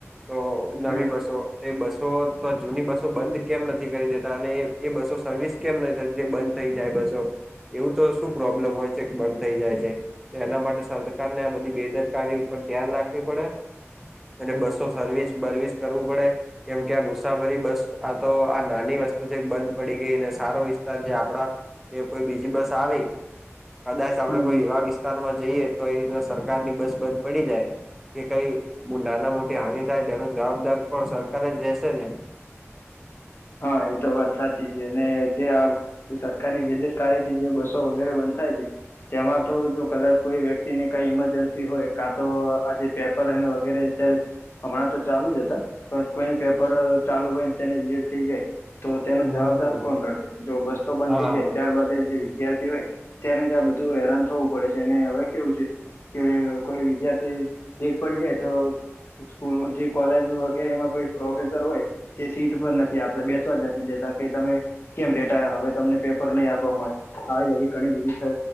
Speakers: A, in the centre; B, on the left.
A: તો
B: હમ
A: નવી બસો. એ બસો તો જૂની બસો બંધ કેમ નથી કરી દેતા અને એ બસો સર્વિસ કેમ નથી થતી જે બંધ. થઈ જાય બસો. એવું તો શું પ્રોબ્લેમ હોય છે કે બંધ થઈ જાય છે એના માટે સરકારને આ બધી બેદરકારી. પર ધ્યાન રાખવી પડે અને બસો સર્વીસ બર્વીસ કરવું પડે. કેમ કે આ મુસાફરી બસ આ તો આ નાની વસ્તુ છે બંધ પડી ગઈ ને સારો વિસ્તાર છે આપડા. કે કોઈ બીજી બસ આવી. કદાચ આપડે
B: હમ
A: કોઈ
B: હમ
A: એવા વિસ્તારમાં જઈએ તો એ રીતના સરકારની બસ બંધ પડી જાય. કે કઈ નાના મોટી હાનિ થાય તેનો જવાબદાર પણ સરકાર જ લેશે ને.
B: હા એ તો વાત સાચી છે ને જે. સરકારની બેદરકારી થી જે બસો વગેરે બંધ થાય છે. તેમાં તો જો કદાચ કોઈ વ્યક્તિને કઈ ઈમરજન્સી હોય કાં તો આજે. પેપર અને વગેરે અત્યારે હમણાં તો ચાલુ જ હતા પણ કોઈને પેપર ચાલુ હોય ને તેની લીડ થઈ જાય તો તેનો
A: હમ
B: જવાબદાર કોણ રહે જો બસ્તો બંધ
A: હા
B: થઈ જાય ત્યારબાદ એ જે વિદ્યાર્થી હોય તેને જ આ બધું હેરાન થવું પડે છે અને હવે કેવું છે કે કોઈ વિદ્યાર્થી લેટ પડી જાય તો. સ્કૂલ જે કોલેજ વગેરે એમાં કોઈ પ્રોફેસર હોય તે સીટ પર નથી. આપડે બેસવા જ નથી દે તો કે તમે. કેમ લેટ આયા હવે તમને પેપર નહીં આપવા મળે આવી બધી ઘણી બધી છે.